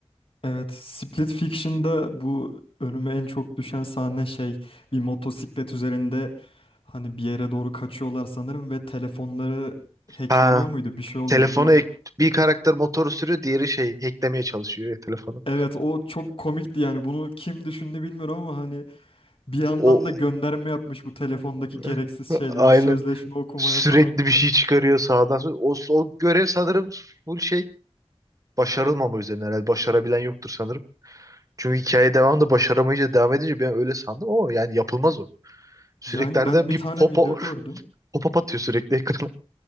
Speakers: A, on the left; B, on the right.
A: Evet, Split Fiction'da bu önüme en çok düşen sahne şey bir motosiklet üzerinde hani bir yere doğru kaçıyorlar sanırım ve telefonları hackleniyor
B: Ha,
A: muydu bir şey oluyordu
B: telefonu
A: bu.
B: ek- bir karakter motoru sürüyor, diğeri şey hacklemeye çalışıyor ya telefonu.
A: Evet o çok komikti yani bunu kim düşündü bilmiyorum ama hani bir yandan
B: O
A: da gönderme yapmış bu telefondaki
B: <laughs>
A: gereksiz şeylere
B: aynı.
A: sözleşme okumaya
B: Sürekli
A: falan.
B: bir şey çıkarıyor sağdan. sola. O, o görev sanırım full şey başarılmama üzerine herhalde. Başarabilen yoktur sanırım. Çünkü hikaye devamında başaramayınca devam edince ben öyle sandım ama yani yapılmaz o. Sürekli
A: Yani
B: harbiden
A: ben bir
B: bir
A: tane
B: popo,
A: video gördüm.
B: <laughs> pop-up atıyor sürekli ekrana.